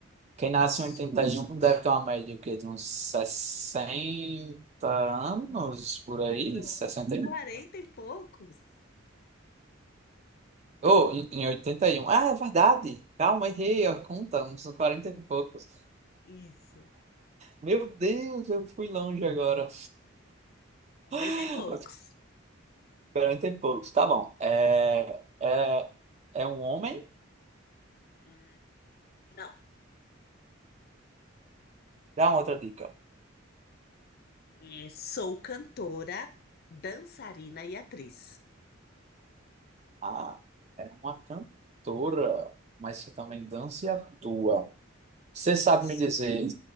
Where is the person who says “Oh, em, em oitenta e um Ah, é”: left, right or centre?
Right